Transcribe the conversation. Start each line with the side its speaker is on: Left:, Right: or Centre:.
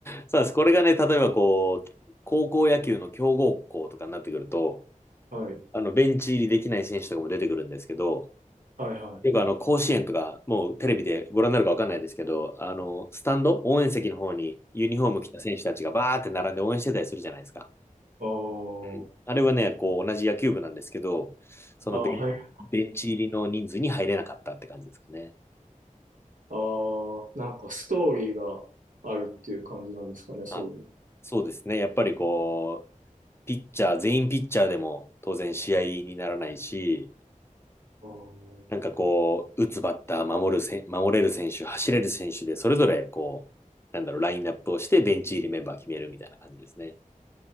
Left: そうです。これがね、例えばこう、高校野球の強豪校とかになってくると、
Right: が、はい、
Left: あの、ベンチ入りできない選手とかも出てくるんですけど、
Right: はい、はい。
Left: よくあの、甲子園とか、もうテレビでご覧になるかわかんないですけど、あの、スタンド、応援席の方にユニフォーム着た選手たちがバーって並んで応援してたりするじゃないですか。
Right: あー
Left: うんあれはね、こう、同じ野球部なんですけど、そのベン、
Right: あー、はい。な
Left: ベンチ入りの人数に入れなかったって感じですかね。
Right: ああ、なんかストーリーがあるっていう感じなんですかね、そういう
Left: あ、そうですね。やっぱりこう、ピッチャー、全員ピッチャーでも当然試合にならないし、
Right: の。
Left: なんかこう、打つバッター、守るせん、守れる選手、走れる選手で、それぞれこう、なんだろう、ラインナップをして、ベンチ入りメンバー決めるみたいな感じですね。